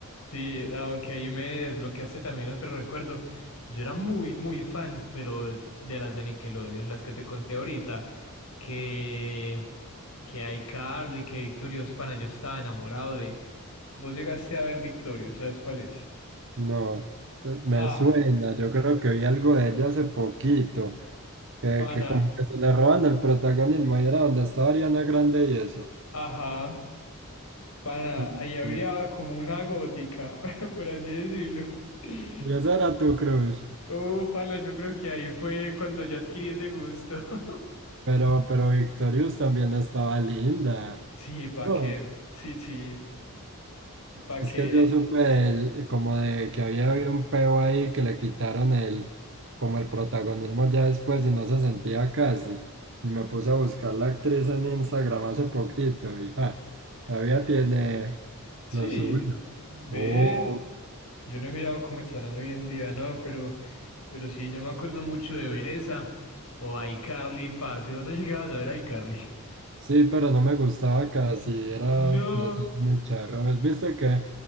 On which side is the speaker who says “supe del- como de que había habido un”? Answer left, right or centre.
Right